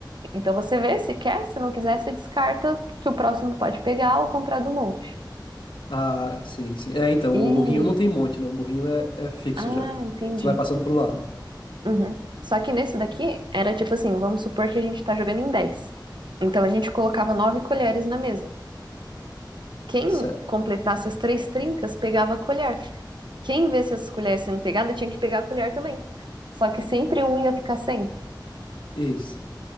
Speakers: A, on the right; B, on the left.
A: Então você vê se quer, se não quiser, você descarta que o próximo pode pegar ou comprar do monte.
B: Ah, sim, sim. É, então,
A: E...
B: o burrinho não tem monte, né? O burrinho é, é fixo
A: Ah,
B: já.
A: entendi.
B: Você vai passando pro lado.
A: Uhum. Só que nesse daqui era tipo assim, vamos supor que a gente tá jogando em 10. Então a gente colocava nove colheres na mesa. Quem
B: Certo.
A: completasse as três trincas pegava a colher. Quem visse as colheres sendo pegadas tinha que pegar a colher também. Só que sempre um ia ficar sem.
B: Isso.